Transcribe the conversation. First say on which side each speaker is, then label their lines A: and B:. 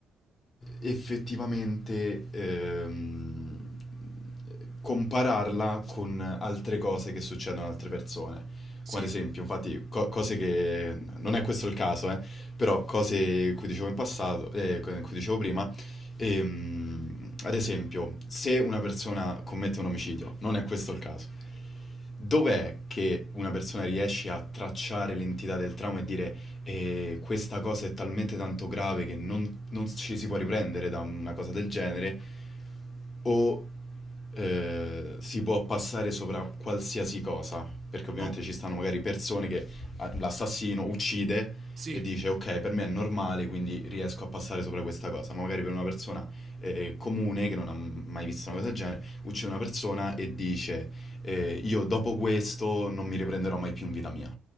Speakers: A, on the left; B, on the right.
A: effettivamente ehm, compararla con altre cose che succedono ad altre persone.
B: sì,
A: Come ad esempio, infatti, co- cose che... Non è questo il caso, eh, però cose cui dicevo in passato, eh, cui dicevo prima, ehm, ad esempio, se una persona commette un omicidio, non è questo il caso. Dov'è che una persona riesce a tracciare l'entità del trauma e dire "Eh, questa cosa è talmente tanto grave che non, non ci si può riprendere da una cosa del genere, o eh, si può passare sopra qualsiasi cosa? Perché ovviamente
B: ho,
A: ci stanno magari persone che ah, l'assassino uccide
B: sì,
A: e dice ok, per me è normale, quindi riesco a passare sopra questa cosa, ma magari per una persona eh, eh, comune che non ha mai visto una cosa del genere, uccide una persona e dice eh, io dopo questo non mi riprenderò mai più in vita mia.